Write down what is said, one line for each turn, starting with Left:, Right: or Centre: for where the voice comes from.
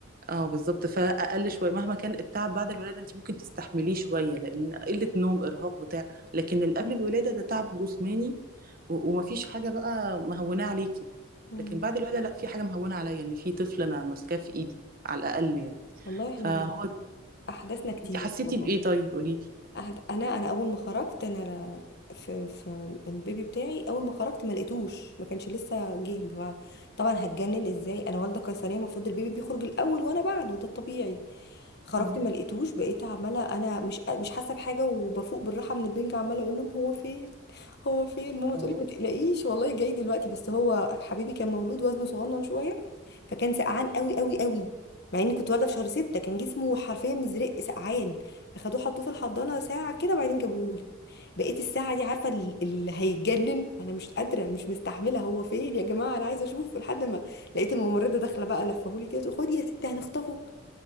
Right: اه بالظبط فاقل شويه مهما كان التعب بعد الولاده انت ممكن تستحمليه شويه لان قله نوم ارهاق بتاع لكن اللي قبل الولاده ده تعب جسماني و- ومفيش حاجه بقى مهونه عليكي
Left: مم.
Right: لكن بعد الولاده لا في حاجه مهونه عليا ان في طفل انا ماسكاه في ايدي على الاقل يعني
Left: والله احنا
Right: فهو
Left: احداثنا كتير
Right: انت حسيتي
Left: والله
Right: بايه طيب قولي لي
Left: أحد- انا انا اول ما خرجت انا ل- في في البيبي بتاعي اول ما خرجت ما لقيتوش ما كانش لسه جه ف- طبعا هتجنن ازاي انا والده قيصريه المفروض البيبي بيخرج الاول وانا بعده ده الطبيعي خرجت
Right: اه
Left: ما لقيتوش بقيت عماله انا مش مش حاسه بحاجه وبفوق بالراحه من البنج عماله اقول لهم هو فين هو فين ماما
Right: اه
Left: تقولي ما تقلقيش والله جاي دلوقتي بس هو حبيبي كان مولود وزنه صغنن شويه فكان سقعان قوي قوي قوي مع اني كنت والده في شهر ستة كان جسمه حرفيا مزرق سقعان اخدوه حطوه في الحضانه ساعه كده وبعدين جابوهولي بقيت الساعه دي عارفه ال- اللي هيجنن انا مش قادره مش مستحمله هو فين يا جماعه انا عايزه اشوفه لحد ما لقيت الممرضه داخله بقى لفهولي كده تقول خدي يا ستي هنخطفه